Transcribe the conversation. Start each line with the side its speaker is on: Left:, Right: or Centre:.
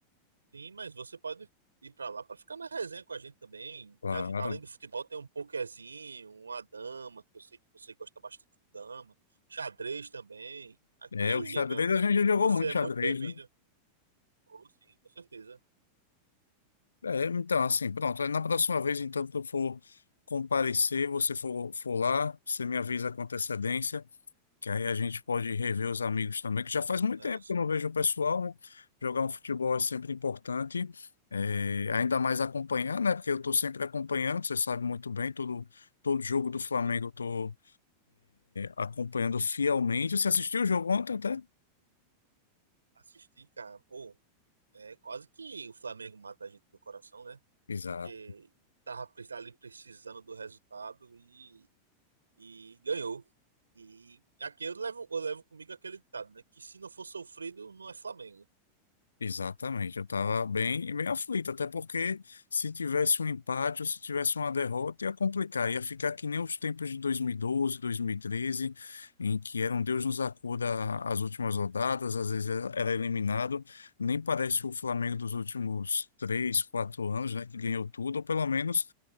Right: Sim, mas você pode ir para lá para ficar na resenha com a gente também.
Left: Claro.
Right: A gente- Além do futebol, tem um pokerzinho, uma dama, que eu sei que você gosta bastante de dama, xadrez também. Aqui,
Left: É, o xadrez
Right: meu amigo,
Left: a gente já jogou
Right: você
Left: muito
Right: é
Left: xadrez,
Right: muito bem-vindo.
Left: né?
Right: Oh, sim, com certeza.
Left: É, então, assim, pronto. Aí Na próxima vez, então, que eu for comparecer, você for, for lá, você me avisa com antecedência, que aí a gente pode rever os amigos também, que já faz muito
Right: Ah,
Left: tempo
Right: sim,
Left: que eu não vejo o pessoal, né? Jogar um futebol é sempre importante, é, ainda mais acompanhar, né? Porque eu estou sempre acompanhando, você sabe muito bem, todo, todo jogo do Flamengo
Right: sim.
Left: eu estou, acompanhando fielmente. Você assistiu o jogo ontem até?
Right: Assistir, cara, pô, é quase que o Flamengo mata a gente do coração, né?
Left: Exato.
Right: Porque tava pre- ali precisando do resultado e e ganhou. E aqui eu levo, eu levo comigo aquele ditado, né? Que se não for sofrido, não é Flamengo.
Left: Exatamente, eu estava bem, bem aflito, até porque se tivesse um empate ou se tivesse uma derrota ia complicar, ia ficar que nem os tempos de 2012, 2013, em que era um Deus nos acuda as últimas rodadas, às vezes era eliminado, nem parece o Flamengo dos últimos três, quatro anos, né, que ganhou tudo, ou pelo menos